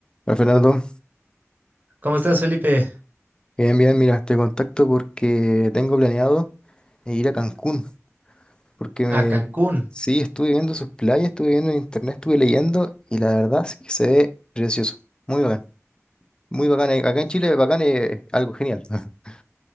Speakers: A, on the left; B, on the right.
A: Hola Fernando,
B: ¿Cómo estás, Felipe?
A: bien, bien, mira, te contacto porque tengo planeado eh, ir a Cancún, porque me...
B: A Cancún.
A: sí, estuve viendo sus playas, estuve viendo en internet, estuve leyendo y la verdad es que se ve precioso, muy bacán, muy bacán, eh, acá en Chile bacán es algo genial, <laughs>